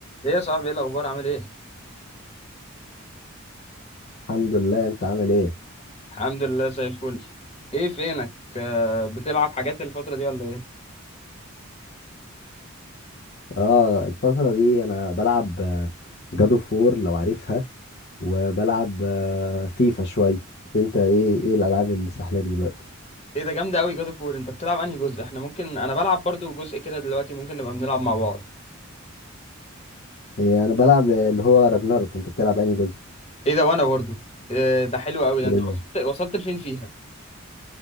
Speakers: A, on the left; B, on the left.
A: ايه يا صاحبي ايه الاخبار عامل ايه
B: الحمد لله انت عامل ايه
A: الحمد لله زي الفل ايه فينك آه، بتلعب حاجات الفتره دي ولا ايه
B: اه الفترة دي انا بلعب جادو فور لو عارفها وبلعب آه، فيفا شوي انت ايه ايه الالعاب اللي سحلاك دلوقتي
A: ايه ده جامده قوي جاد اوف وور انت بتلعب انهي جزء احنا ممكن انا بلعب برضو جزء كده دلوقتي ممكن نبقى بنلعب مع بعض
B: إيه انا بلعب اللي هو راجناروك انت بتلعب انهي جزء
A: ايه ده وانا برضو إيه ده حلو قوي ده
B: ايه
A: انت
B: ده
A: وصلت وصلت لفين فيها